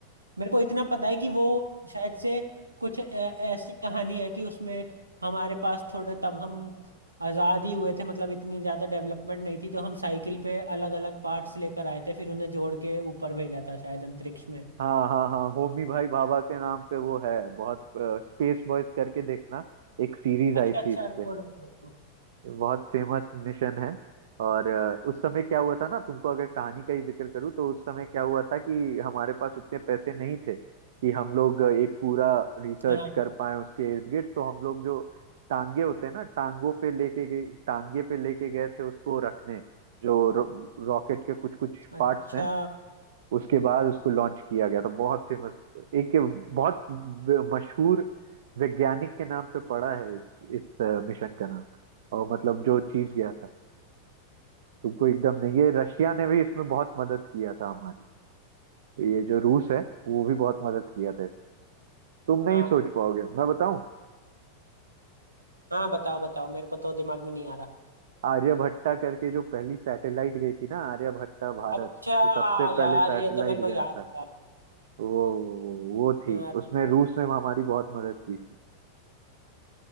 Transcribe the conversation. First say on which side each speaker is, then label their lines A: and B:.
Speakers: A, on the right; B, on the right.
A: मेरे को इतना पता है कि वो शायद से कुछ अ, ऐसी कहानी है कि उसमें हमारे पास थोड़े तब हम आज़ाद ही हुए थे मतलब इतनी ज़्यादा डेवलपमेंट नहीं थी तो हम साइकिल पे अलग अलग पार्ट्स लेकर आए थे फिर उन्हें जोड़ के ऊपर भेजा था शायद अंतरिक्ष में
B: हाँ हाँ हाँ होमी भाई भाभा के नाम पे वो है बहुत स्पेस बॉयज करके देखना एक सीरीज
A: अच्छा
B: आई
A: अच्छा
B: थी इस
A: रुको
B: पे
A: रुको रुको
B: बहुत फेमस मिशन है और अ, उस समय क्या हुआ था ना तुमको अगर कहानी का ही जिक्र करूँ तो उस समय क्या हुआ था कि हमारे पास उतने पैसे नहीं थे कि हम लोग एक पूरा रिसर्च
A: हाँ
B: कर पाए उसके इर्द गिर्द तो हम लोग जो टांगे होते हैं ना टांगों पे लेके गए टांगे पे लेके गए थे उसको रखने जो रॉकेट के कुछ कुछ
A: अच्छा
B: पार्ट्स हैं उसके बाद उसको लॉन्च किया गया था बहुत फेमस एक बहुत मशहूर वैज्ञानिक के नाम पे पड़ा है इस मिशन का नाम और मतलब जो चीज गया था तुमको एकदम नहीं ये रशिया ने भी इसमें बहुत मदद किया था हमारी तो ये जो रूस है वो भी बहुत मदद किया था इसमें तुम नहीं
A: हाँ
B: सोच पाओगे मैं बताऊं
A: हाँ बताओ बताओ मेरे को तो दिमाग में नहीं आ रहा
B: आर्यभट्टा करके जो पहली सैटेलाइट गई थी ना आर्यभट्टा भारत
A: अच्छा
B: से सबसे
A: यार
B: पहले सैटेलाइट
A: ये तो मेरे को
B: गया
A: याद
B: था
A: था
B: वो वो वो
A: यार
B: थी उसमें रूस ने हमारी बहुत मदद की थी